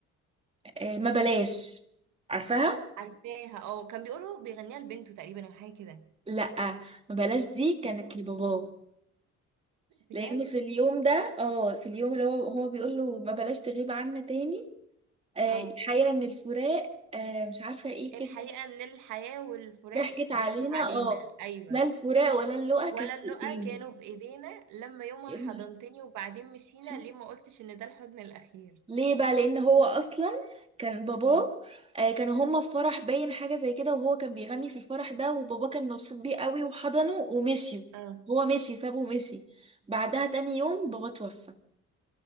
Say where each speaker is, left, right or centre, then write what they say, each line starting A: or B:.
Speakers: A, on the right (about 20°); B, on the right (about 80°).
A: آه، ما بلاش عارفاها
B: عارفاها اه كان بيقولوا بيغنيها لبنته تقريبا او حاجه كده
A: لا ما بلاش دي كانت
B: بنته
A: لباباه لان
B: بجد
A: في اليوم ده اه في اليوم اللي هو هو بيقول له ما بلاش تغيب عنا تاني آه
B: اه
A: الحقيقة ان الفراق آه مش عارفة ايه كده
B: الحقيقه ان الحياه والفراق
A: ضحكت علينا
B: ضحكت علينا
A: اه
B: ايوه
A: لا الفراق ولا اللقا كان
B: ولا اللقا
A: في ايدينا
B: كانوا بايدينا لما يومها
A: يا
B: حضنتني
A: نهار
B: وبعدين مشينا
A: أسود.
B: ليه ما قلتش ان ده الحضن الاخير
A: ليه بقى لان هو اصلا كان باباه
B: مم.
A: آه كانوا هما في فرح باين حاجة زي كده وهو كان بيغني في الفرح ده وباباه كان مبسوط بيه قوي وحضنه ومشي
B: اه
A: هو مشي سابه ومشي بعدها تاني يوم بابا توفى